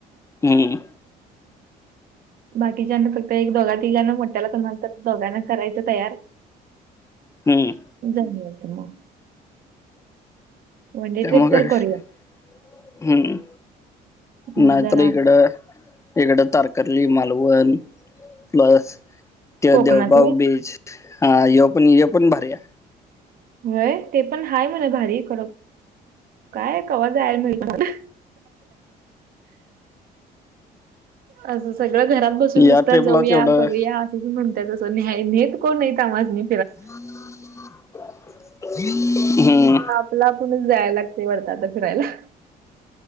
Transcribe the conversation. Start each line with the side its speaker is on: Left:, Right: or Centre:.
Left: हम.
Right: बाकीच्याना फक्त एक दोघा तिघाना मोट्याला कुणाला तर दोघांना करायचं तयार.
Left: हम्म.
Right: जाऊन यायचं मग. वन डे
Left: त्यामुळे
Right: ट्रिप तर
Left: काय
Right: करूया
Left: <unintelligible> हम्म.
Right: म्हणजे
Left: नाहीतर
Right: जरा
Left: इकड- इकड तारकर्ली, मालवण प्लस ते
Right: कोकणात
Left: देवबाग
Right: व्हय
Left: बीच. हा. ह्यो पण, ह्यो पण भारी ए.
Right: व्हय. ते पण हाय म्हणा भारी खर. काय कवा जाया मिळत- असं सगळं घरात बसून
Left: आहे
Right: नुसतं
Left: या ट्रिपला
Right: जाऊया
Left: तेवढं
Right: करू या. तुम्ही म्हणता तस, न्याय नेत कोण नाही आम्हास्नी.
Left: हम्म.
Right: <unintelligible> लागतय आता बर फिरायला.